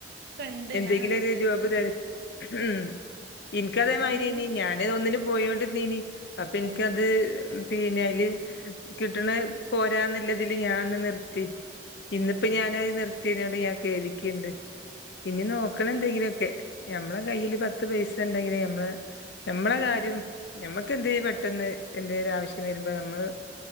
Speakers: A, on the right; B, on the left.
A: ഒക്കെണ്ട്
B: എന്തെങ്കിലും
A: ഞാനോരോ
B: ഒരു
A: സ്ഥലത്ത്
B: ജോബ് തെരു ഉം ഇൻക്കതേമായ്രി
A: എന്തെങ്കിലും
B: ഏയ്നി ഞാന് ഒന്നിന് പോയോണ്ടീന്നീ അപ്പൊ ഇൻക്കത്
A: ഉം ഉം
B: പിന്ന അയ്ല് കിട്ടണ പോരാന്നില്ലതില് ഞാൻന്ന് നിർത്തി ഇന്നിപ്പോ
A: ഉം
B: ഞാനത് നിർത്തിയതിനോട് ഞാൻ കേധിക്ക്ണ്ട് ഇനി നോക്ക്ണെന്തെങ്കിലോക്കെ ഞമ്മളെ കയ്യില് പത്ത് പൈസ ഉണ്ടെങ്കിലേ ഞമ്മളെ നമ്മളെ
A: ഉം
B: കാര്യം ഞമ്മക്ക് ക്കന്തേലും പെട്ടെന്ന് എന്തേലും ആവശ്യം വരുമ്പോ നമ്മൾ